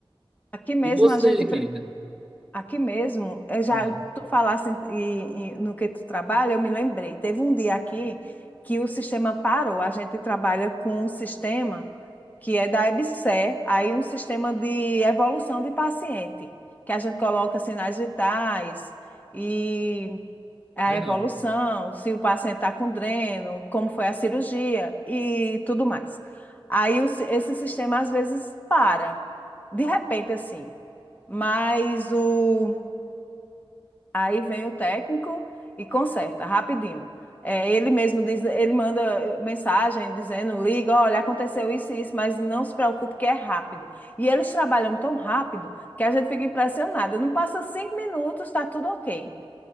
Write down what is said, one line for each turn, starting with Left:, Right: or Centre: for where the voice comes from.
Left: Aqui mesmo
Centre: E você,
Left: a gente.
Centre: querida?
Left: Aqui mesmo, eu já
Centre: Ah,
Left: tu falasse em- em- no que tu trabalha, eu me lembrei. Teve um dia aqui que o sistema parou. A gente trabalha com um sistema que é da EBSER, aí um sistema de evolução de paciente, que a gente coloca sinais vitais e a
Centre: Legal.
Left: evolução, se o paciente está com dreno, como foi a cirurgia e tudo mais. Aí o si- esse sistema às vezes para, de repente assim. Mas o Aí vem o técnico e conserta rapidinho. É, ele mesmo diz, ele manda mensagem dizendo, liga, olha, aconteceu isso e isso, mas não se preocupe que é rápido. E eles trabalham tão rápido que a gente fica impressionada. Não passa cinco minutos, está tudo ok.